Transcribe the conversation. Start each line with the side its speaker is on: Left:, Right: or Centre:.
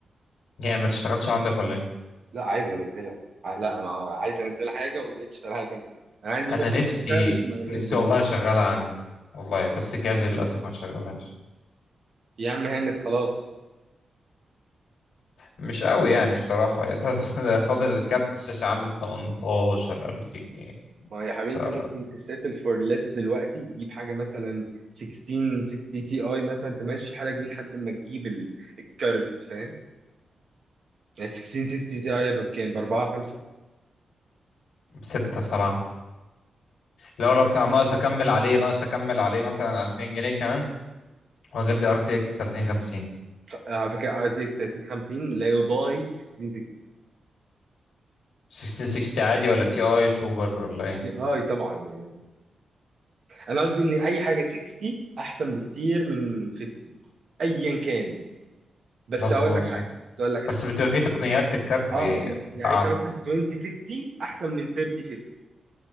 Left: يعني ما تشتغلش عندك ولا إيه؟
Right: لا عايز أنزلها ع- لا أنا عايز أنزل حاجة وما لقيتش شغالة تاني أنا عندي
Left: انا
Right: ممكن
Left: نفسي
Right: تشتغل بس ما نزلهاش
Left: نفسي والله اشغلها عندي والله بس جهازي للاسف ما شغلهاش
Right: يا عم هانت خلاص
Left: مش قوي يعني الصراحه <laughs> ده ده فاضل كارت الشاشه عامل 18000 جنيه
Right: ما يا حبيبي
Left: ترى
Right: أنت ممكن تسيتل فور ليس دلوقتي تجيب حاجة مثلا 16 60 تي أي مثلا تمشي حالك بيه لحد ما تجيب ال- الكارت فاهم ال 1660 تي اي بكام؟ ب 4 5
Left: بستة سبعة لو
Right: ال
Left: لو
Right: 16
Left: كان ناقص اكمل عليه ناقص اكمل عليه مثلا 2000 جنيه كمان واجيب لي ار تي اكس 3050
Right: على فكره ار تي اكس 3050 لا يضاهي 1660
Left: 6060 عادي ولا تي اي سوبر ولا ايه
Right: تي اي طبعا يعني انا قصدي ان اي حاجه 60 احسن بكتير من 50 ايا كان بس
Left: مظبوط
Right: هقول لك
Left: صح
Right: حاجه بس هقول لك حاجه
Left: بس بتبقى فيه تقنيات الكارت
Right: اه
Left: بي- بتبقى
Right: يعني يعني
Left: اعلى
Right: انت مثلا 2060 احسن من 3050